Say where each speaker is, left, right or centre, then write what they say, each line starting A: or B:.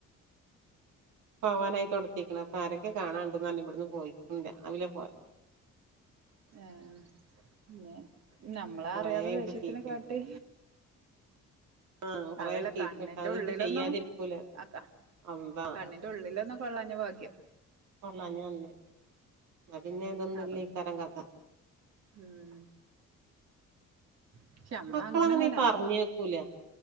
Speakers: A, on the right; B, on the right.
A: പോവാനായി തൊടത്തിക്ക്ണ് അപ്പൊ ആരക്കെ കാണാണ്ട്ന്ന് പറഞ്ഞ് ഇവിടന്ന് പോയി ഇല്ല രാവിലെ പോയാ
B: ആഹ് പിന്നെ നമ്മളാ
A: കൊറേ
B: അറിയാതെ
A: ഇൻക്ക്
B: ദേഷ്യത്തിനെ
A: ചീത്തേം
B: കാട്ടി
A: ആഹ് കൊറെ
B: അതല്ല
A: ചീത്തേട്ട്
B: കണ്ണിന്റെ
A: അത്
B: ഉള്ളിലൊന്നും
A: ഇത് ചെയ്യാതിരിക്കൂല
B: ആക്ക
A: അമ്പാ
B: കണ്ണിന്റെ ഉള്ളിലൊന്നും കൊള്ളാഞ്ഞ ഭാഗ്യം
A: കൊള്ളാഞ്ഞെ നന്നാ പിന്നെ അതൊന്നുമല്ലെക്കാരം
B: അതാ
A: കഥ
B: ഉം പക്ഷെ നമ്മള
A: മക്കളണേ അങ്ങനെ
B: തന്നെ
A: പറഞ്ഞേക്കൂല